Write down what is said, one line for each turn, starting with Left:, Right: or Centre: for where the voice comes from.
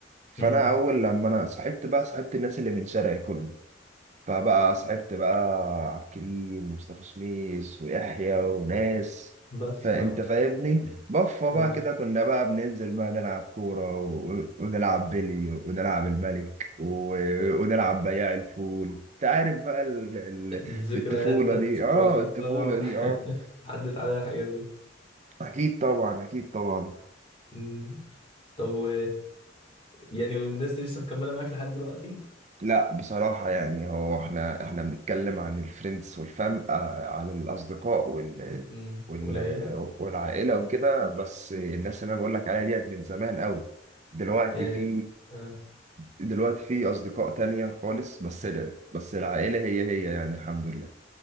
Right: فانا
Left: امم
Right: اول لما انا صاحبت بقى صاحبت الناس اللي من شارعي كله فبقى صاحبت بقى عبد الكريم ومصطفى سميس ويحيى وناس
Left: بس
Right: فانت
Left: اه
Right: فاهمني بفه بقى
Left: آه.
Right: كده كنا بقى بننزل بقى نلعب كورة و- ونلعب بلي ونلعب الملك و- ونلعب بياع الفول انت عارف بقى ال-
Left: الذكريات
Right: ال- الطفولة
Left: بتاعت
Right: دي
Left: الطفولة
Right: اه الطفولة
Left: آه.
Right: دي اه
Left: <laughs> عدت عليا الحاجات دي
Right: اكيد طبعا اكيد طبعا
Left: امم طب و يعني والناس دي لسه مكملة معاك لحد دلوقتي
Right: لا بصراحة يعني هو احنا احنا بنتكلم عن الفريندز والفام آه، عن الأصدقاء وال
Left: امم
Right: وال
Left: والعيلة
Right: والعائلة وكده بس الناس اللي أنا بقول لك عليها ديت من زمان قوي دلوقتي
Left: يعني
Right: في
Left: آه.
Right: دلوقتي في أصدقاء تانية خالص بس لا بس العائلة هي هي يعني الحمد لله